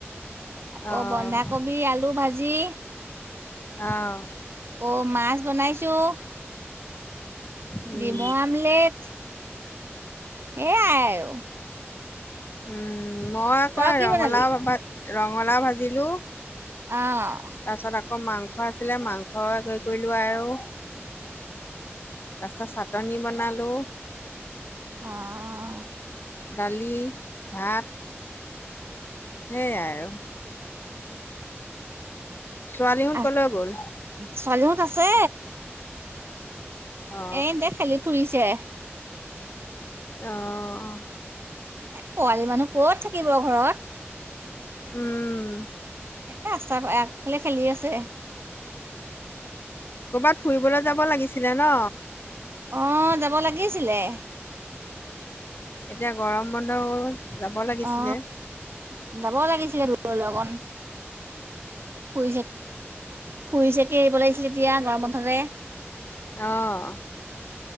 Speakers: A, on the right; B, on the left.
A: আকৌ
B: আহ
A: বন্ধাকবি আলু ভাজি
B: অহ'।
A: অহ' মাছ বনাইছোঁ।
B: উম
A: ডিমো আমলেট সেইয়াই আৰু।
B: উম' মই আকৌ
A: তই কি
B: ৰঙালাওা,
A: বনালি
B: ৰঙালাও ভাজিলো।
A: অহ'।
B: তাৰপিছত আকৌ মাংস আছিলে মাংস <unintelligible> কৰিলো আৰু। তাৰপিছত চাটনি বনালোঁ।
A: অ',
B: দালি ভাত। সেই আৰু। ছোৱালী শুন
A: অ
B: কলৈ গ'ল?
A: ছোৱালীহঁত আছে।
B: অ
A: এনদে খেলি ফুৰিছে।
B: অ',
A: এ পোৱালি মানুহ কত থাকিব ঘৰত।
B: উম,
A: এ ৰাস্তাৰ আগফালে খেলি আছে।
B: কৰ'বাত ফুৰিবলৈ যাব লাগিছিলে ন।
A: অ', যাব লাগিছিলে।
B: এতিয়া গৰম বন্ধ যাব লাগিছিলে।
A: অ যাব লাগিছিলে দূৰৰ লগন ফুৰি চ ফুৰি চকে এৰিব লাগিছিলে এতিয়া গৰম বন্ধতে।
B: অ',